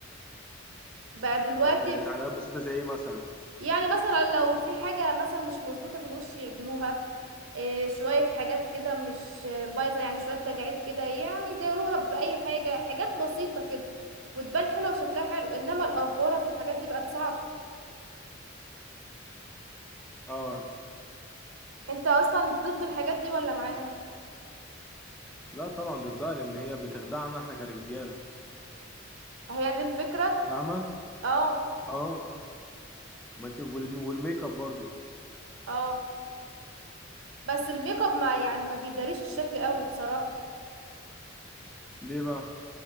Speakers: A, on the right; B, in the centre.
A: بقى دلوقتي
B: طب آه، تعليقات بسيطه زي ايه مثلا
A: يعني مثلا لو في حاجة مثلا مش مظبوطة في الوش يعدلوها إيه شوية حاجات كده مش بايظة يعني شوية تجاعيد كده يعني يداروها بأي حاجة حاجات بسيطة كده وتبان حلوة وشكلها حلو انما الأفورة في الحاجات دي بقت صعب
B: اه
A: انت اصلا ضد الحاجات دي ولا معاها
B: لا طبعا ضدها لان هي بتخدعنا احنا كرجاله
A: هي دي الفكرة
B: فاهمه
A: اه
B: اه ما انت والم- والميك اب برضو
A: اه بس الميك اب ما يعني ما بيداريش الشكل قوي بصراحة
B: ليه بقى